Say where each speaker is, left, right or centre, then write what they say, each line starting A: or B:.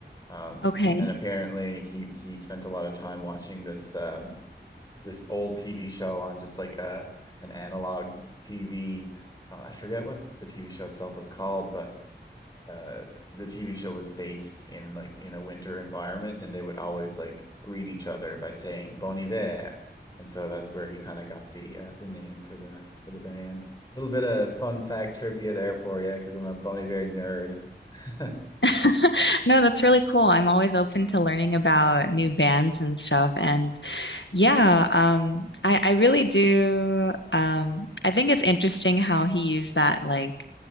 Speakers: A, on the left; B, on the left.
A: Um,
B: okay.
A: and apparently he, he spent a lot of time watching this, um, this old TV show on just like a, an analog TV. Uh, I forget what the TV show itself was called, but uh the TV show was based in like in a winter environment and they would always like greet each other by saying Bon Iver. And so that's where he kind of got the uh, the name for the for the band. A little bit of fun fact trivia there for you because I'm a Bon Iver nerd. <laughs>
B: <laughs> No, that's really cool. I'm always open to learning about new bands and stuff. And yeah, um, I, I really do. Um, I think it's interesting how he used that like